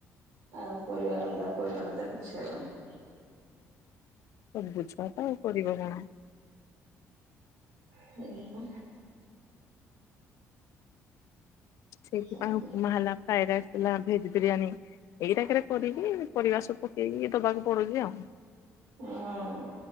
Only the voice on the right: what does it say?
ଆଉ ପରିବା ଅଲଗା ପରିବା ଭଜା କିଛି ଖାଇବନି।
<unintelligible> ହୋ।
ସେମିତିଆ
ହଁ।